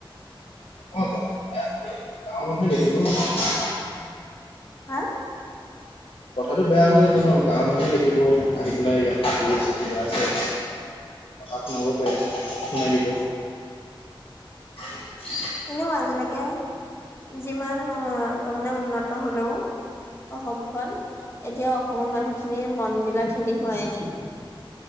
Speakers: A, on the left (about 80°); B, on the left (about 30°).
A: অ', -', ত গাঁৱৰ মানুহে দেখিব ন',
B: হা',
A: কথাটো বেয়া হৈ যাব ন, গাঁৱৰ মানুহে দেখিব আহি পেলাই ইয়াত শুই আছে কিবা আছে', কথা শুনাব পাৰে, শুনাই দিব', <unintelligible>
B: এনেও আজিলৈকে, যিমান উউউ', তাৰমানে উন্নত হ'লেও', অসমখন, এতিয়া অসমৰ মানুহখিনিৰ মন বিলাক খিনি হোৱাই নাই',